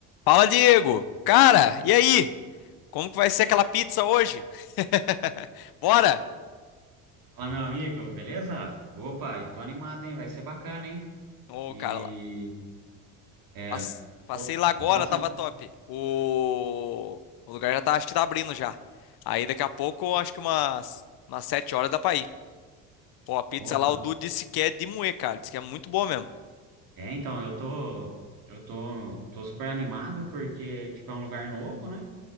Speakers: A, on the left; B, on the right.
A: Fala, Diego! Cara, e aí? Como que vai ser aquela pizza hoje? <laughs> Bora!
B: Fala, meu amigo, beleza? Opa, e tô animado, hein? Vai ser bacana, hein?
A: Ô,
B: E
A: cara, lá-
B: é,
A: pass- passei
B: tô,
A: lá agora,
B: tô bastante.
A: tava top. O... o lugar já tá, acho que tá abrindo já. Aí daqui a pouco, acho que umas, umas 7 horas dá pra ir. Pô, a pizza
B: Opa,
A: lá, o Dudu disse que é de moer, cara. Disse que é muito boa mesmo.
B: é, então, eu tô, eu tô, tô super animado porque, tipo, é um lugar novo, né?